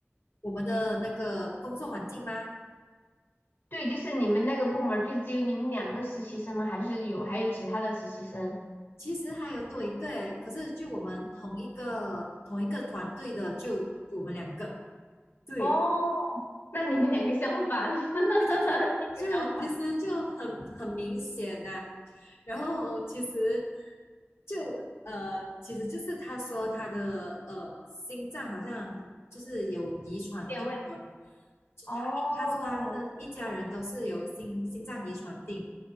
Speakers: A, on the left; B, on the left.
A: 我们的那个工作环境吗？
B: 对，就是你们那个部门儿就只有你们两个实习生吗？还是有还有其他的实习生？
A: 其实还有多一个诶，可是就我们同一个同一个团队的，就我们两个。对。
B: 哦，那你们两个相反，<laughs> 这
A: 对对对，
B: 个相反
A: 就其实就很很明显呐、然后其实就呃，其实就是他说他的呃心脏好像就是有遗传病的，
B: 有点问题。
A: 就他他说他的一家人都是有心心脏遗传病，
B: 哦，